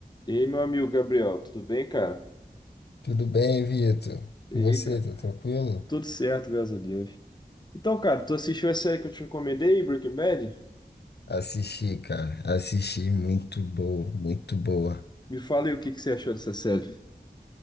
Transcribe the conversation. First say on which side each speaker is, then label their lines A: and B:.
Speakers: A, on the left (about 25°); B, on the left (about 85°).
A: E aí, meu amigo Gabriel, tudo bem, cara?
B: Tudo bem, Vitor?
A: E
B: E
A: aí,
B: você,
A: cara?
B: tá tranquilo?
A: Tudo certo, graças a Deus. Então, cara, tu assistiu a série que eu te recomendei, Breaking Bad?
B: Assisti, cara. Assisti, muito boa, muito boa.
A: Me fala aí o que que você achou dessa série.